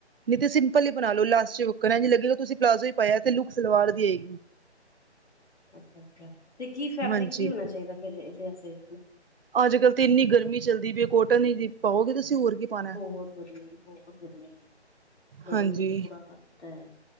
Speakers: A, on the right; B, on the left.
A: ਨਹੀਂ ਤੇ ਸਿੰਪਲ ਈ ਬਣਾ ਲੋ ਲਾਸਟ ਉਕਰਾੱ ਲਾ ਲੋ ਤੁਸੀਂ ਪਲਾਜ਼ੋ ਹੀ ਪਾਇਆ ਤੇ ਲੁੱਕ ਸਲਵਾਰ ਦੀ ਆਈ
B: ਅੱਛਾ ਅੱਛਾ ਤੇ ਕੀ ਫੈਬਰਿਕ
A: ਹਾਂਜੀ
B: ਕੀ ਹੋਣਾ ਚਾਹੀਦਾ ਫਿਰ ਇਹਦੇ ਵਾਸਤੇ
A: ਅੱਜ ਕੱਲ ਤੇ ਇੰਨੀ ਗਰਮੀਂ ਚੱਲਦੀ ਪਈ ਕੋਟਨ ਹੀ ਪਾਓਗੇ ਤੁਸੀਂ ਹੋਰ ਕੀ ਪਾਣਾ
B: ਬਹੁਤ ਗਰਮੀਂ ਬਹੁਤ ਗਰਮੀਂ ਗਰਮੀਂ
A: ਹਾਂਜੀ
B: ਨੇ ਤਾਂ ਬੁਰਾ ਹਾਲ ਕੀਤਾ ਹੈ